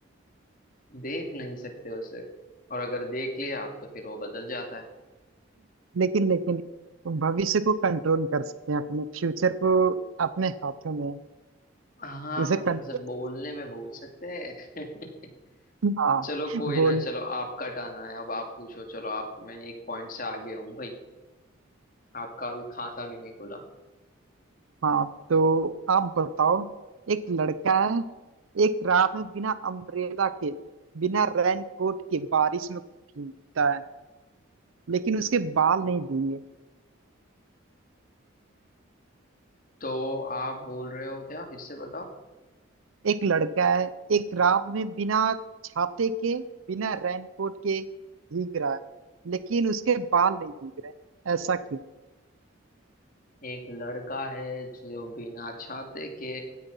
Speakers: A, on the left; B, on the right.
A: देख नहीं सकते उसे और अगर देख लिया तो फिर वो बदल जाता है
B: लेकिन लेकिन भविष्य को कंट्रोल कर सकते हैं अपने फ्यूचर को अपने हाथों में है।
A: हाँ
B: उसे
A: मतलब
B: कंट्रोल
A: ऐसे बोलने में बोल सकते हैं <laughs>
B: हाँ
A: चलो कोई
B: बोल
A: ना चलो आपका टर्न आया अब आप पूछो चलो आप मैं एक पॉइंट से आगे हूँ भाई आपका अभी खाता भी नहीं खुला
B: हाँ तो आप बताओ एक लड़का है एक रात में बिना अम्ब्रेला के बिना रेन कोट के बारिश में भीगता है लेकिन उसके बाल नहीं भीगे
A: तो आप बोल रहे हो क्या फिर से बताओ
B: एक लड़का है एक रात में बिना छाते के बिना रेन कोट के भीग रहा है लेकिन उसके बाल नहीं भीग रहे ऐसा क्यों
A: एक लड़का है जो बिना छाते के